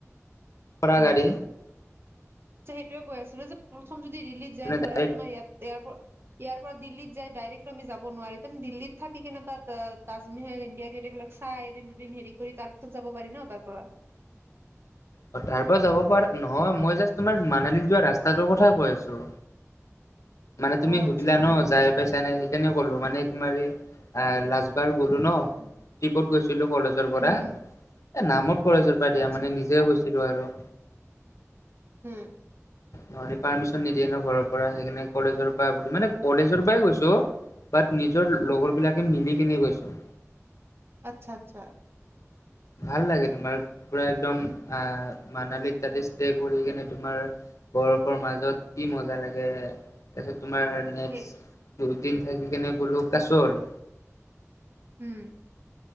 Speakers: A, on the left (about 75°); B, on the right (about 45°).
A: <inaudible> গাড়ী।
B: সেইটোৱে কৈ আছিলোঁ যে, প্ৰথম যদি দিল্লীত যায় ধৰা
A: ডাইৰেক্ট
B: তোমাৰ ইয়াত ইয়াৰ‌ প ইয়াৰ পৰা দিল্লীত যায় ডাইৰেক্ট আমি যাব নোৱাৰি, তেনে, দিল্লীত থাকি কিনে তাত তা-তাজমেহল, ইণ্ডিয়াগেট এইবিলাক চাই এদিন, দুদিন হেৰি কৰি তাৰ পিছত যাব পাৰি ন' তাৰ পৰা?
A: তাৰ পৰা যাব পাৰ, নহয় মই জাষ্ট তোমাৰ মানালীত যোৱা ৰাস্তাটোৰ কথা কৈ আছো। মানে তুমি
B: অ
A: সুধিলা
B: আচ্ছা
A: ন যাই পাইছ নে? সেইকাৰণে ক'লো মানে তোমাৰ এই ৰাজ এবাৰ গ'লো ন',
B: উম
A: ট্ৰিপত গৈছিলো কলেজৰ পৰা।
B: হম হম
A: এ নামৰূপ কলেজৰ পৰা দিয়া,
B: আচ্ছা
A: মানে নিজে গৈছিলো আৰু।
B: হম
A: ন পাৰ্মিশন নিদিয়ে ন ঘৰৰ পৰা সেইকাৰণে কলেজৰ পৰা বুলি মানে কলেজৰ পৰাই গৈছো বাট নিজৰ লগৰ বিলাকে মিলি কিনে গৈছো
B: আচ্ছা আচ্ছা
A: ভাল লাগে তোমাৰ পুৰা একদম আহ মানালিত ততে ষ্ট কৰি কিনে তোমাৰ বৰফৰ মাজত কি মজা লাগে তাৰত তোমাৰ নেক্স
B: সেই
A: দুদিন থাকি কেনে গ'লো কাছল
B: উম